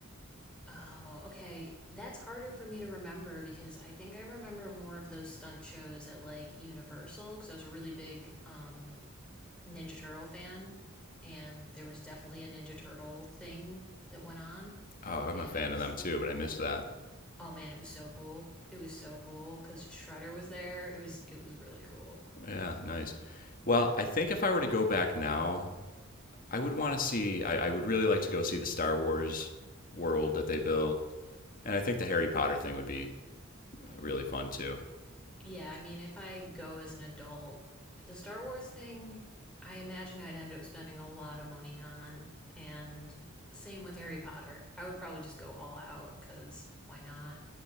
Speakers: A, in the centre; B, on the left.
A: Oh, okay. That's harder for me to remember because I think I remember more of those stunt shows at like Universal because I was a really big um, Ninja Turtle fan, and there was definitely a Ninja Turtle thing that went on,
B: Oh, I'm
A: and
B: a fan
A: it was
B: of them too, but I missed that.
A: oh man, it was so cool. It was so cool because Shredder was there. It was it was really cool.
B: Yeah, nice. Well, I think if I were to go back now, I would want to see. I, I would really like to go see the Star Wars world that they built, and I think the Harry Potter thing would be really fun too.
A: Yeah, I mean, if I go as an adult, the Star Wars thing, I imagine I'd end up spending a lot of money on. And same with Harry Potter. I would probably just go all out because why not?